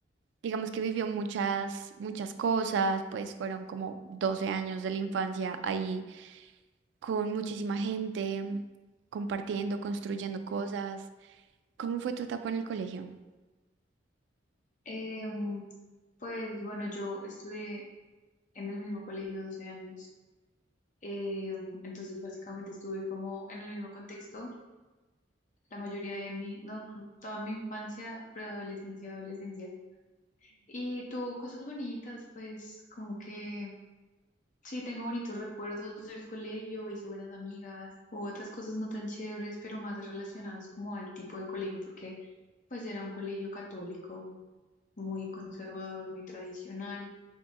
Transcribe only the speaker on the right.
digamos que vivió muchas, muchas cosas, pues fueron como 12 años de la infancia ahí con muchísima gente, compartiendo, construyendo cosas. ¿Cómo fue tu etapa en el colegio?